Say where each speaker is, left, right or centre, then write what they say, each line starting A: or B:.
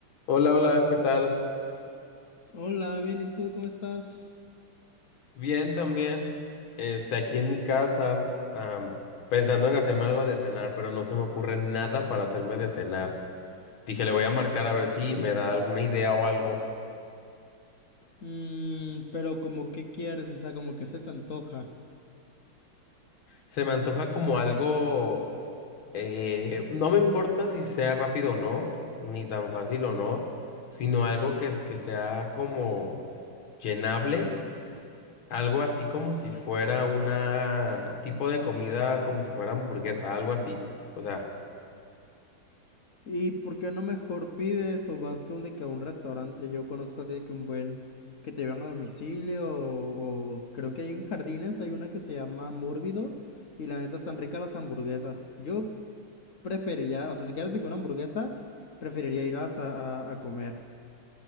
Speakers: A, on the left; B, on the left.
A: Hola, hola, ¿qué tal?
B: Hola, bien, ¿y tú cómo estás?
A: Bien, también. Este, aquí en mi casa, am, pensando en hacerme algo de cenar, pero no se me ocurre nada para hacerme de cenar. Dije, le voy a marcar a ver si me da alguna idea o algo.
B: Mm, pero como qué quieres, o sea, como que se te antoja.
A: Se me antoja como algo, eh, no me importa si sea rápido o no, ni tan fácil o no, sino algo que, es- que sea como llenable, algo así como si fuera una tipo de comida, como si fuera hamburguesa, algo así. O sea,
B: ¿Y por qué no mejor pides o vas con de que a un restaurante? Yo conozco así de que un buen que te llevan a domicilio o, o creo que hay en Jardines hay una que se llama Mórbido y la neta están ricas las hamburguesas. Yo preferiría, o sea, si quieres de que una hamburguesa, preferiría ir a, a a comer.